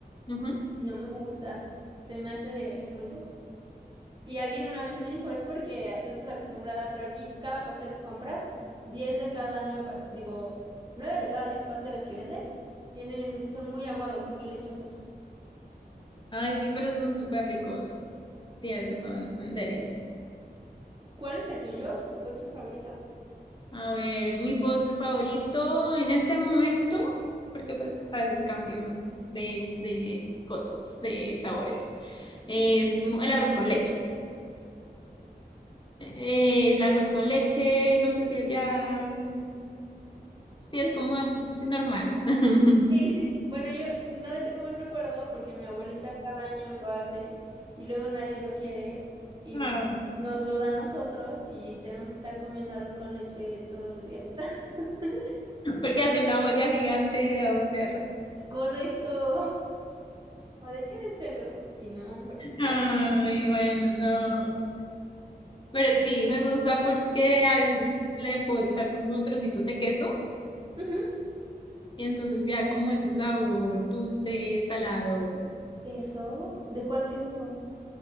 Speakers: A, on the left (about 30°); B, on the right (about 30°).
A: Ujú.
B: y no me gusta, se me hace muy seco. Y alguien una vez me dijo, es porque tú estás acostumbrada, pero aquí cada pastel que compras, 10 de cada 9, digo, 9 de cada 10 pasteles que venden, tienen, son muy aguados, muy lechosos.
A: Ay, sí, pero son súper ricos. Sí, esos son, son delis.
B: ¿Cuál es el tuyo? ¿Tu postre favorito?
A: A ver, mi postre favorito en este momento, porque pues a veces cambio de, de cosas, de sabores,
B: <laughs> Ujú.
A: es como el arroz con leche. Eh, el arroz con leche, no sé si allá lo Sí, es
B: Sí,
A: como algo sí, normal. <laughs>
B: Sí, sí. Bueno, yo no le tengo buen recuerdo porque mi abuelita cada año lo hace y luego nadie lo quiere y
A: Ah,
B: m- nos lo da a nosotros y tenemos que estar comiendo arroz con leche todos los días. <laughs>
A: Porque hace una olla gigante de arroz de arroz.
B: Es correcto. O de, Llévenselo. Y no, hombre.
A: Ay, bueno, no. Pero sí, me gusta porque a veces le puedo echar como trocitos de queso
B: Ujú.
A: y entonces ya como ese sabor dulce, salado.
B: ¿Queso? ¿De cuál queso?